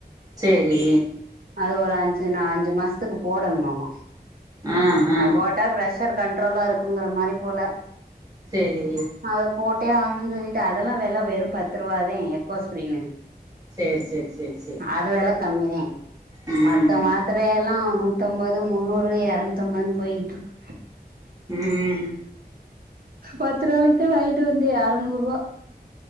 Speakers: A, on the right (about 20°); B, on the right (about 60°).
A: சேரி
B: அது ஒரு அஞ்சு நா அஞ்சு மாசத்துக்கு போடணுமாமா
A: ஆ அ
B: அது போட்டா ப்ரெஷர் கண்ட்ரோலா இருக்குங்கிற மாரி போல
A: சேரி
B: அது போட்டே ஆகணும்ன்னனு சொல்லிட்டு அதெல்லா வில வெரும் பத்து ரூபாதா எகோ ஸ்பிரிமு
A: சேரி சேரி சேரி சேரி
B: அதுவேல கம்மிதே
A: ம்
B: ம த்த மாத்திரையல்லாம் நூத்தம்பது முன்னூறு இரநூதுதம்பதுணு போயிட்டு இருக்கு
A: ம்
B: பத்து நாளைக்கு தா வாங்கிட்டு வந்தே அறநூரூபா